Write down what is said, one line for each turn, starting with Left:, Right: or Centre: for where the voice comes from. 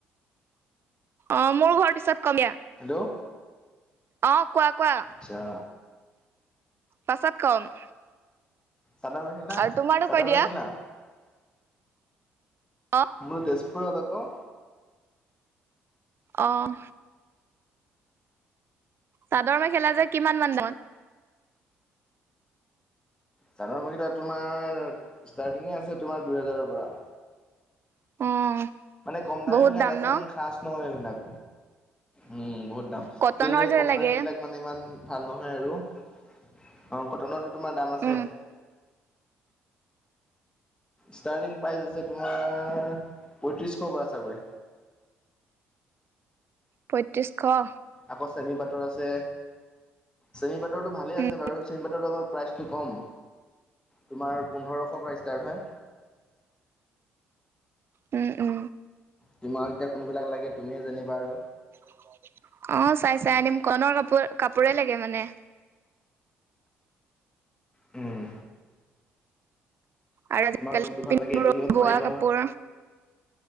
Right: অ মোৰ ঘৰ পিছত কমিয়া।
Left: হেল্ল'
Right: অ কোৱা কোৱা
Left: আচ্ছা
Right: পাছত কম
Left: চাদৰ মেখেলা
Right: আৰু তোমাৰো
Left: চাদৰ
Right: কৈ দিয়া।
Left: মেখেলা
Right: অ
Left: মোৰ তেজপুৰত আকৌ
Right: অঁহ। চাদৰ মেখেলা যে কিমান মান দামত
Left: চাদৰ মেখেলা তোমাৰ ষ্টাৰ্টিঙে আছে তোমাৰ দুহেজাৰৰ পৰা
Right: অ
Left: মানে কম দামী
Right: বহুত
Left: বিলাক
Right: দাম
Left: আছে
Right: ন
Left: ইমান খাচ নহয় এইবিলাক। উম বহুত দাম,
Right: কটনৰ যে
Left: কম
Right: লাগে
Left: দামী বিলাক মানে ইমান ভাল নহয় আৰু অ কটনৰতো তোমাৰ দাম আছে।
Right: উম
Left: ষ্টাৰ্টিং প্ৰাইজ আছে তোমাৰ পয়ত্ৰিশ শ পৰা চাগৈ
Right: পঁয়ত্ৰিছশ।
Left: আকৌ চেমি পাটৰ আছে। চেমি পাটৰতটো ভালে আছে
Right: উম
Left: বাৰু। চেমি পাটৰটো আকৌ প্ৰাইচটো কম, তোমাৰ পোন্ধৰশৰ পৰা ষ্টাৰ্ট হয়।
Right: উম উম।
Left: তোমাক এতিয়া কোনবিলাক লাগে তুমিহে জানিবা আৰু?
Right: <unintelligible> অ চাই চাই আনিম, কৰনৰ কাপোৰ কাপোৰে লাগে মানে।
Left: উম'
Right: আৰু আজিকালি
Left: তোমাক জুনটো ভাল
Right: পিন্ধ
Left: লাগে সেইটো নিৱ
Right: বোৱা
Left: পায়িবা।
Right: কাপোৰ